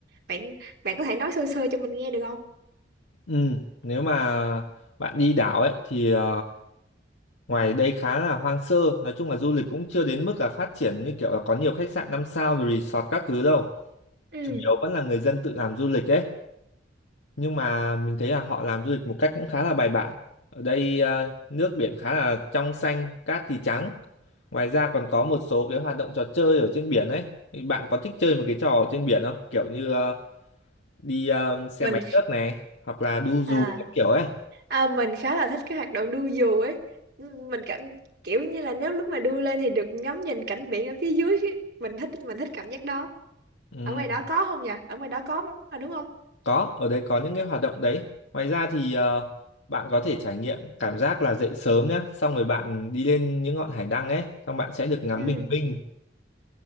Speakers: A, on the right; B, on the left.
A: bạn bạn có thể nói sơ sơ cho mình nghe được không
B: Ừ. Nếu mà bạn đi đảo ấy thì à, ngoài đây khá là hoang sơ, nói chung là du lịch cũng chưa đến mức là phát triển như kiểu là có nhiều khách sạn 5 sao rồi resort các thứ đâu.
A: ừ
B: Chủ yếu vẫn là người dân tự làm du lịch ấy. nhưng mà mình thấy là họ làm du lịch một cách cũng khá là bài bản ở đây ờ, nước biển khá là trong xanh cát thì trắng ngoài ra còn có một số cái hoạt động trò chơi ở trên biển ấy Thì bạn có thích chơi một cái trò ở trên biển không kiểu như ờ, đi ờ, xe
A: mình
B: máy nước này hoặc là đu
A: à,
B: dù các kiểu ấy
A: à mình khá là thích cái hoạt động đu dù ấy Ừ, mình cảm kiểu như là nếu lúc mà đu lên thì được ngắm nhìn cảnh biển ở phía dưới mình thích mình thích cảm giác đó
B: ừ,
A: ở ngoài đó có không nhỉ ở ngoài đó có mà đúng không
B: có ở đây có những cái hoạt động đấy ngoài ra thì ờ, bạn có thể trải nghiệm cảm giác là dậy sớm nhá xong rồi bạn đi lên những ngọn hải đăng ấy xong bạn sẽ được ngắm
A: ừ
B: bình minh